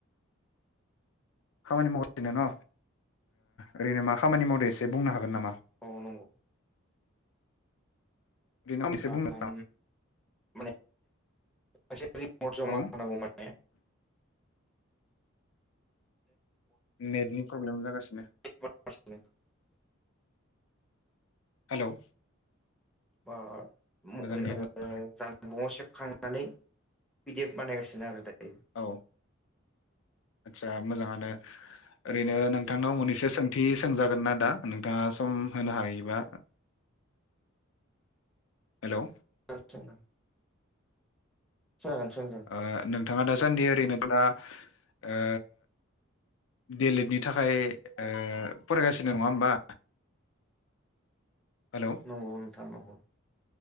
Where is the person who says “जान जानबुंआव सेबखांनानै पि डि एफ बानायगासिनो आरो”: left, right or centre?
Centre